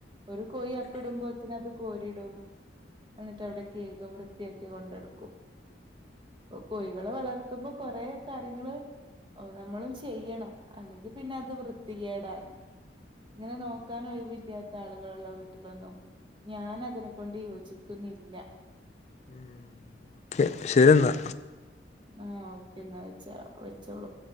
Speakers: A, on the right; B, on the left.
A: ഒരു കോഴി അപ്പി ഇടുമ്പോത്തിന് അത് കോരിടും. എന്നിട്ട് അവിടെ കെഴുകും വൃത്തിയൊക്കെ കൊണ്ടെടുക്കും. കോഴികളെ വളർത്തുമ്പോ കൊറെ കാര്യങ്ങള് ഓ നമ്മളും ചെയ്യണം. അല്ലെങ്കിൽ പിന്നെ അത് വൃത്തികേടാണ്. ഇങ്ങനെ നോക്കാൻ ഒഴിവില്ലാത്ത ആളുകളുള്ള വീട്ടിലൊന്നും ഞാൻ അതിനെ കൊണ്ട് യോജിക്ക ക്കുന്നില്ല
B: ഉം ഓക്കെ ശെരിന്നാ
A: ഏഹ് പിന്നെ വെച്ച വെച്ചോളൂ.